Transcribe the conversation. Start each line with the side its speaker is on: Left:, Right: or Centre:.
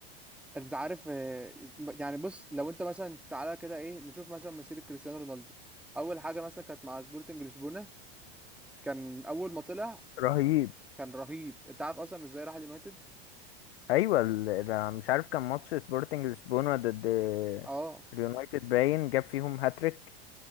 Centre: انت عارف آه، يعني بص لو انت مثلا تعالى كده ايه نشوف مثلا مسيره كريستيانو رونالدو اول حاجه مثلا كانت مع سبورتنج لشبونه كان اول ما طلع
Left: رهيب
Centre: كان رهيب انت عارف اصلا ازاي راح اليونايتد
Left: ايوه ال... ال- مش عارف كان ماتش سبورتنج لشبونه ضد
Centre: اه
Left: اليونايتد باين جاب فيهم هاتريك